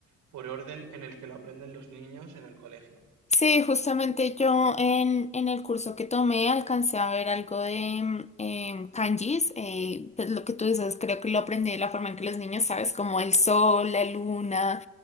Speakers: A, on the right (about 80°); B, on the left (about 20°).
A: por orden en el que lo aprenden los niños en el colegio.
B: Sí, justamente yo en, en el curso que tomé alcancé a ver algo de mm, em, kanjis, eh, pues lo que tú dices, creo que lo aprendí de la forma en que los niños, sabes, como el sol, la luna,